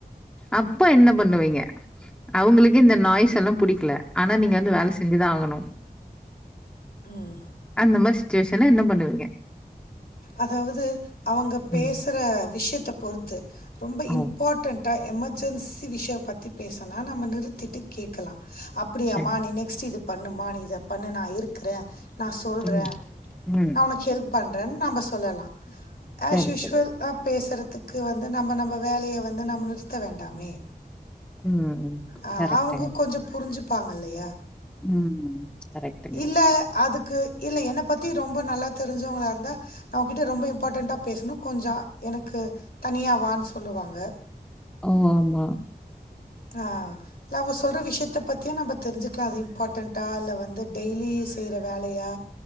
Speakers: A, in the centre; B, on the left (about 70°).
A: அப்ப என்ன பண்ணுவீங்க அவுங்களுக்கு இந்த நாய்ஸ் எல்லா புடிக்கல ஆனா நீங்க வந்து வேல செஞ்சுதா ஆகணு
B: ம்
A: அந்த மாரி சிட்சுவேஷன்ல என்ன பண்ணுவீங்க
B: அதாவது அவங்க பேசுற
A: ம்
B: விஷ்யத்த பொறுத்து ரொம்ப
A: ஓ
B: இம்பார்ட்டன் ட்டா எமர்ஜென்சி விஷய பத்தி பேசனா நம்ம நிறுத்திட்டு கேக்கலா அப்டியமா
A: சரி
B: நீ நெக்ஸ்ட்டு இது பண்ணுமா நீ இத பண்ணு நா இருக்குற நா சொல்ற
A: ம் ம்
B: நா உனக்கு ஹெல்ப் பண்றன் நம்ப சொல்லலா அஸ்
A: சரி
B: யூஷுவல்
A: சரி
B: லா பேசுறதுக்கு வந்து நம்ம நம்ம வேலைய வந்து நம்ம நிறுத்த வேண்டாமே
A: ம் ம்
B: அ
A: கரெக்ட்டுங்க
B: அவுங்க கொஞ்ச புரிஞ்சுப்பாங்கல்லயா
A: ம் கரெக்ட்டுங்க
B: இல்ல அதுக்கு இல்ல என்ன பத்தி ரொம்ப நல்லா தெரிஞ்சவங்களா இருந்தா நா உ கிட்ட ரொம்ப இம் பாட்டன்டா பேசணு கொஞ்ச எனக்கு தனியா வா ன்னு சொல்லுவாங்க
A: ஓ ஆமா
B: ஆ இல்ல அவுங்க சொல்ற விஷ்யத்த பத்தியு நம்ப தெரிஞ்சிக்கலா அது இம்பார்ட்டண்டா இல்ல வந்து டெய்லி செய்ற வேலையா